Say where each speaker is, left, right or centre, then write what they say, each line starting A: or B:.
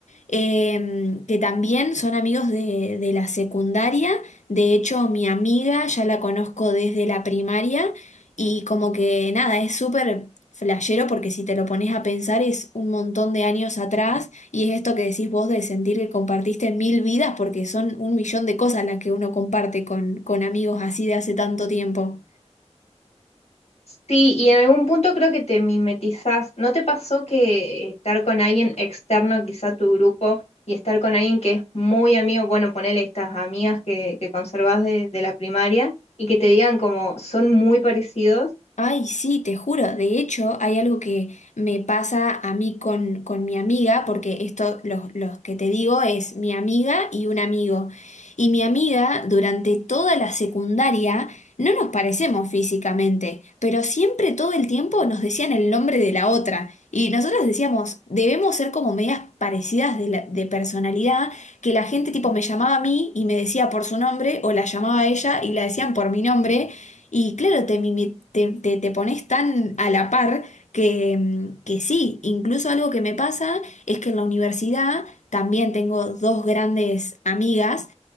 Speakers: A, on the left; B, on the left.
A: eh, que también son amigos de, de la secundaria. De hecho, mi amiga ya la conozco desde la primaria y como que nada, es súper flashero porque si te lo pones a pensar es un montón de años atrás y es esto que decís vos de sentir que compartiste mil vidas porque son un millón de cosas las que uno comparte con, con amigos así de hace tanto tiempo.
B: Sí, y en algún punto creo que te mimetizás. ¿No te pasó que estar con alguien externo, quizá a tu grupo, y estar con alguien que es muy amigo, bueno, ponele estas amigas que, que conservás de, de la primaria, y que te digan como son muy parecidos?
A: Ay, sí, te juro. De hecho, hay algo que me pasa a mí con, con mi amiga, porque esto, los, los que te digo, es mi amiga y un amigo. Y mi amiga, durante toda la secundaria, no nos parecemos físicamente, pero siempre todo el tiempo nos decían el nombre de la otra. Y nosotros decíamos, debemos ser como medias parecidas de, la- de personalidad, que la gente tipo me llamaba a mí y me decía por su nombre, o la llamaba a ella y la decían por mi nombre. Y claro, te, mimi- te, te- te pones tan a la par que, mm, que sí, incluso algo que me pasa es que en la universidad también tengo dos grandes amigas